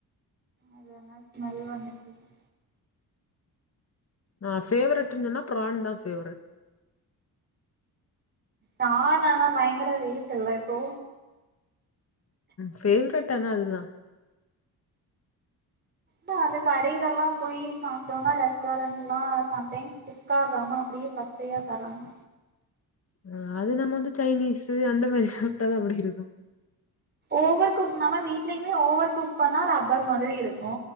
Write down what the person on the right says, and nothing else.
அது ஆனா ஸ்மெல் வந்துட்ருக்கு
பிரான் ஆனா பயங்கர ரேட் இல்ல இப்போ
ட அந்த கடையிலெல்லா போய் சாப்பிட்டோம்னா ரெஸ்டாரண்டல சம்டைம்ஸ் குக் ஆகாம அப்டியே பச்சயா தராங்க
ஓவர் குக் நம்ம வீட்யுமே ஓவர் குக் பண்ணா ரப்பர் மாரி இருக்கு